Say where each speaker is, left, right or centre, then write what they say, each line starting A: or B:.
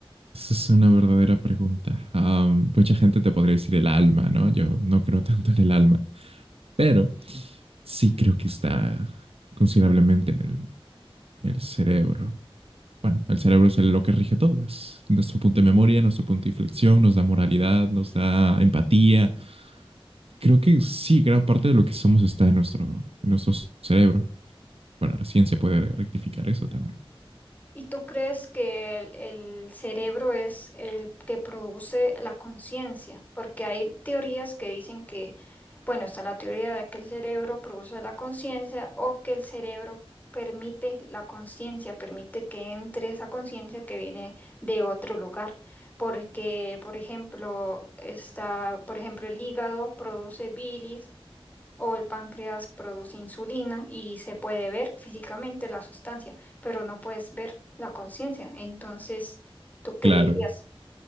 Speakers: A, on the right; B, on the left.
A: esa es una verdadera pregunta. Am, mucha gente te podría decir el alma, ¿no? Yo no creo tanto en el alma, pero sí creo que está considerablemente en el, el cerebro. Bueno, el cerebro es el- lo que rige todo, es nuestro punto de memoria, nuestro punto de inflexión, nos da moralidad, nos da empatía. Creo que sí, gran parte de lo que somos está en nuestro, en nuestro cerebro. Bueno, la ciencia puede rectificar eso también.
B: ¿Y tú crees que el, el cerebro es el que produce la conciencia? Porque hay teorías que dicen que, bueno, está la teoría de que el cerebro produce la conciencia o que el cerebro permite la conciencia, permite que entre esa conciencia que viene de otro lugar. Porque, por ejemplo, está, por ejemplo, el hígado produce bilis o el páncreas produce insulina y se puede ver físicamente la sustancia, pero no puedes ver la conciencia. Entonces, ¿tú qué
A: Claro,
B: dirías?